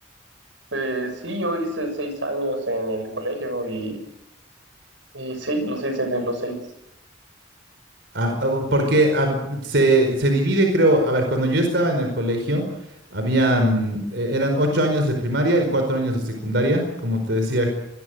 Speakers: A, on the right; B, on the right.
A: eh, sí, yo hice seis años en el colegio y, y sí, los hice de los seis.
B: Ah, ah, porque a se, se divide, creo, a ver, cuando yo estaba en el colegio, habían, eh, eran ocho años de primaria y cuatro años de secundaria, como te decía, c-